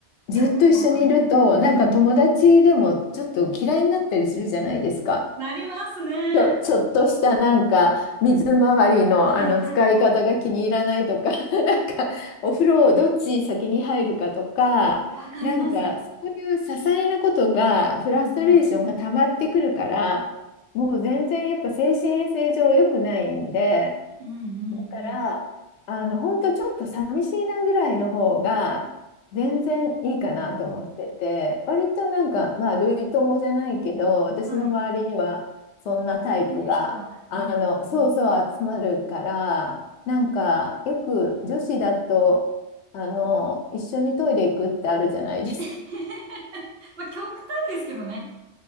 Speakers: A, on the left; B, on the right.
A: ずっと一緒にいるとなんか友達でもちょっと嫌いになったりするじゃないですか。
B: いや、わわかります。わかります。なりますね。
A: ちょ、
B: わ
A: ちょっとしたなんか水回りの、
B: はいはいはい。
A: あの使い方が気に入らないとか <laughs> なんかお風呂をどっち先に入るかとかなんかそういう些細なことがフラストレーションが溜まってくるからもう全然やっぱ精神衛生上良くないんで。
B: わかります。うんうん。うんうんうん。
A: だから、あの、本当ちょっと寂しいなぐらいの方が、全然いいかなと思ってて、
B: うん
A: 割となんか、まあ、類友じゃないけど、私の周りには、
B: はい。
A: そんなタイプが、
B: あ、そういう人が多いんですね。
A: あの、そうそう集まるから、なんか、よく女子だと、あの、一緒にトイレ行くってあるじゃないですか。
B: <laughs> まあ、極端ですけどね。